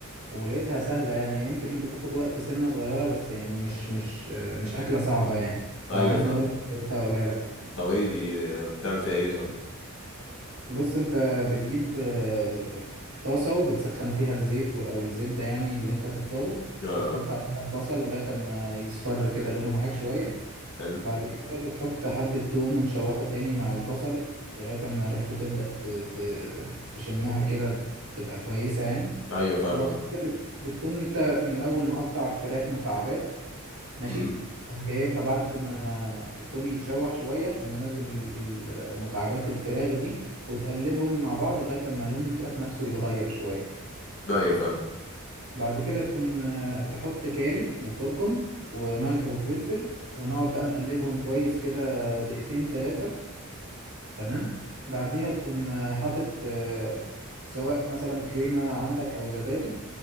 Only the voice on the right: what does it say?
ولقيتها سهله يعني يمكن بتاخد وقت سنه صغيره بس يعني مش مش آه، مش اكله صعبه يعني لو
عايزني
اقول لقيتها اقولها لك
بص انت بتجيب آه، طاسه وبتسخن فيها الزيت و- او الزبده يعني اللي انت تختاره
وتحط عليها بصل لغايه اما يصفر كده لونه معاك شويه
بعد كده بقى بتحط حبة توم وتشوحه تاني مع البصل لغاية أما ريحته تبدأ ت... ت... تشمها كده تبقى كويسة يعني
وبعد
كده بت... بتكون أنت من الأول مقطع فراخ مكعبات ماشي
تقوم جايبها بعد ما التوم يتشوح شوية تقوم منزل ال- ال- مكعبات الفراخ دي وتقلبهم مع بعض لغاية أما لون الفراخ نفسه يتغير شوية
بعد كده تقوم آه، تحط كاري وكركم وملح وفلفل ونقعد بقى نقلبهم كويس كده دقيقتين تلاتة تمام بعديها تقوم آه، حاطط آه، سواء مثلا كريمة عندك أو زبادي